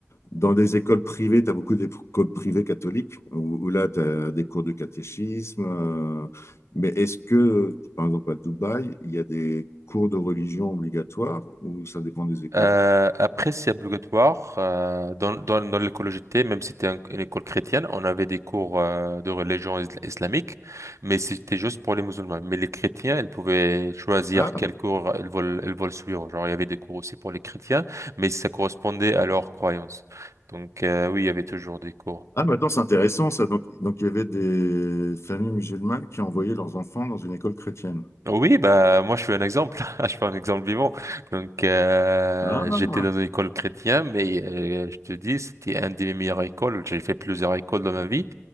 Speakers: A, on the left; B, on the right.
A: Dans des écoles privées, tu as beaucoup d'écoles privées catholiques, où, où là, tu as des cours de catéchisme. euh, mais est-ce que, par exemple, à Dubaï, il y a des cours de religion obligatoires ou ça dépend des écoles?
B: Euh, après, c'est obligatoire euh, dans, dans, dans l'école où j'étais, même si c'était un- une école chrétienne, on avait des cours euh, de religion isla- islamique, mais c'était juste pour les musulmans. Mais les chrétiens, ils pouvaient choisir
A: Ah,
B: quel cours ils veulent, ils veulent suivre. Genre, il y avait des cours aussi pour les chrétiens, mais ça correspondait à leurs croyances. Donc, euh, oui, il y avait toujours des cours.
A: ah, maintenant, c'est intéressant, ça. Donc, donc, il y avait des familles musulmanes qui envoyaient leurs enfants dans une école chrétienne.
B: Oui, bah moi je suis un exemple, <laughs> je suis un exemple vivant. Donc euh,
A: Ah,
B: j'étais dans une école chrétienne, mais euh, je te dis c'était un des meilleures écoles. J'ai fait plusieurs écoles dans ma vie